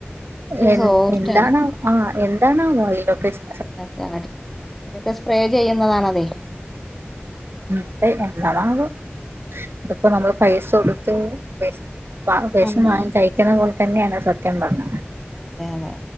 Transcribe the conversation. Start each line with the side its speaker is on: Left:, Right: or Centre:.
Right: എൻ
Centre: സോഫ്റ്റ്
Right: എന്താണാവോ
Centre: ആണ്
Right: ആഹ് എന്താണാവോ അയ്‌നൊക്കെ ചെ
Centre: ഒക്കങ്ങട്ട് അതൊക്കെ സ്പ്രേ ചെയ്യുന്നതാണതെ.
Right: ഉം ഉം <unintelligible> എന്താണാവോ അതിപ്പോ നമ്മള് പൈസൊട്ത്ത് വേ വ വേഷം
Centre: ആഹ്
Right: വാങ്ങി കഴിക്കുന്ന പോലെ തന്നെണ് സത്യം പർഞ്ഞ.
Centre: അതെ അതെ യതെ